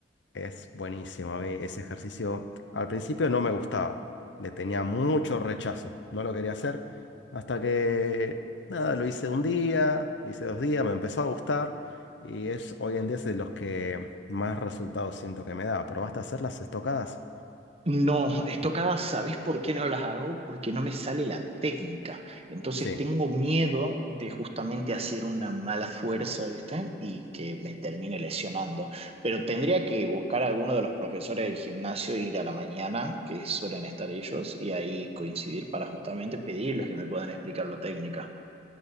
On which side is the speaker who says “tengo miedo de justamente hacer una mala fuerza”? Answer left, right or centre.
Right